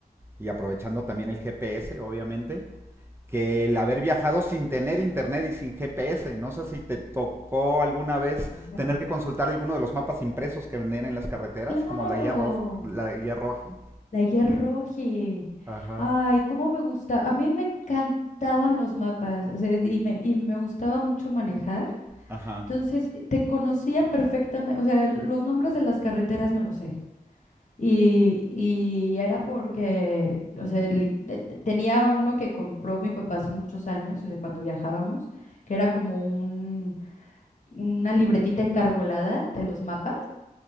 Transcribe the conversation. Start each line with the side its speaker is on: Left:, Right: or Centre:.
Right: y aprovechando también el GPS, obviamente, que el haber viajado sin tener internet y sin GPS. No sé si te tocó alguna vez
Left: Claro.
Right: tener que consultar alguno de los mapas impresos que venden en las carreteras,
Left: Claro,
Right: como la guía, Rof- la guía Roji.
Left: la guía roji.
Right: Ajá,
Left: Ay, cómo me gusta. A mí me encantaban los mapas, o sea, y me, y me gustaba mucho manejar.
Right: ajá.
Left: Entonces, te conocía perfectamente, o sea, los nombres de las carreteras me los sé. Y, y era porque, o sea, li- te- te- tenía uno que compró mi papá hace muchos años, o sea, cuando viajábamos, que era como un, una libretita engargolada de los mapas.